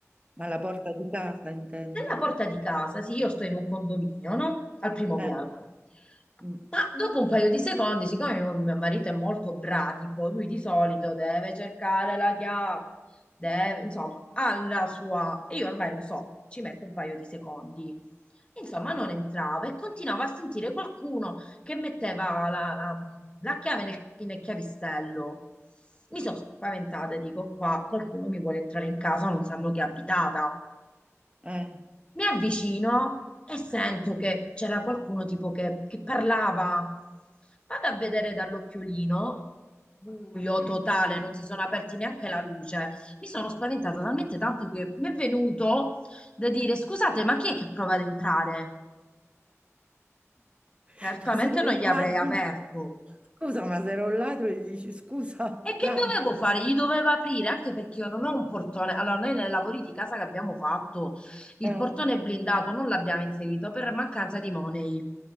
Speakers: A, on the right; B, on the left.
A: ma la porta di casa intendi?
B: Nella porta di casa, sì, io sto in un condominio, no? Al primo
A: Eh,
B: piano.
A: mm,
B: Ma dopo un paio di secondi, siccome mio, mio marito è molto bradipo, lui di solito deve cercare la chiave, deve, insomma, ha la sua... e Io ormai lo so, ci mette un paio di secondi. Insomma, non entrava
A: eh.
B: e continuava a sentire qualcuno che metteva la, la- la chiave nel, nel chiavistello. Mi sono spaventata, dico qua, qualcuno mi vuole entrare in casa, non sanno che è abitata.
A: eh.
B: Mi avvicino e sento che c'era qualcuno tipo che, che parlava. Vado a vedere dall'occhiolino, buio totale, non si sono aperti neanche la luce. Mi sono spaventata talmente tanto che mi è venuto da dire: Scusate, ma chi è che prova ad entrare?
A: <laughs>
B: Certamente
A: Ma sei un
B: non gli
A: ladro?
B: avrei aperto.
A: Scusa, ma se ero un ladro e dici scusa,
B: E che
A: ladro.
B: dovevo fare? Gli dovevo aprire, anche perché io non ho un portone. Allora, noi nei lavori di casa che abbiamo fatto, il
A: Eh,
B: portone blindato non l'abbiamo inserito per mancanza di money,